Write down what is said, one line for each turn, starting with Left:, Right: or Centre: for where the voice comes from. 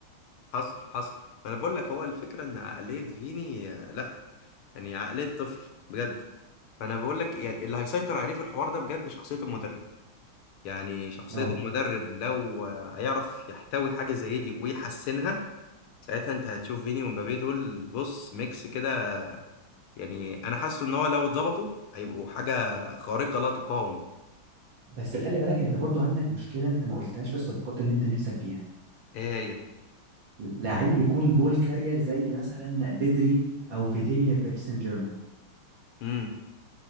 Left: حصل حصل ما انا بقول لك هو الفكره ان عقليه فيني آه، لا يعني عقليه طفل بجد فانا بقول لك يعني اللي هيسيطر عليه في الحوار ده بجد شخصيه المدرب يعني شخصيه
Right: اه
Left: المدرب لو آه، هيعرف يحتوي حاجه زي دي ويحسنها ساعتها انت هتشوف فيني ومبابي دول بص ميكس كده يعني انا حاسه ان هو لو اتظبطوا هيبقوا حاجه خارقه لا تقاوم
Right: بس خلي بالك انت برضو عندك مشكله انت ما قلتهاش في الصفقات اللي انت نفسك فيها
Left: ايه هي
Right: لعيب يكون بول كارير زي مثلا بدري او فيتينيا في باريس سان جيرمان
Left: امم